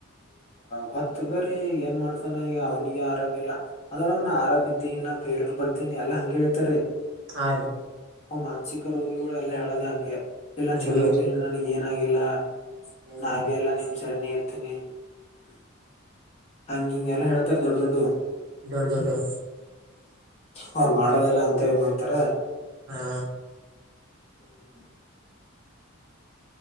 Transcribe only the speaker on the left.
ಗೊತ್ತ ಅದರೀ ಏನ್ ಮಾಡ್ತಾನ ಈಗ ಅವ್ನಿಗೆ ಆರಾಮಿಲ್ಲ ಆದ್ರ ಅವ್ನು ಆರಾಮ ಇದೀನ ಬೇರ ಬರ್ತೀನಿ ಎಲ್ಲ ಹಂಗ ಹೇಳ್ತಾರೆ
ಅವ ಮಾನಸಿಕ ರೋಗಿಗಳುಲ್ಲಾ ಹೇಳದ ಹಂಗೆ ಇಲ್ಲ
ಚಲೋ ಇದ್ದೇನಿ ನನಗ ಏನಾಗಿಲ್ಲ
ನಾ ಬಿ ಎಲ್ಲ ನಿಮ್ ಸರಿನೇ ಇರ್ತೀನಿ ಹಂಗ ಹಿಂಗೆ ಎಲ್ಲಾ ಹೇಳ್ತಾರೆ ದೊಡ್ಡ ದೊಡ್ಡು
ಅವರು ಮಾಡದೇಲ್ಲ ಅಂತವೇ ಮಾಡ್ತಾರ
ಹ್ಮ್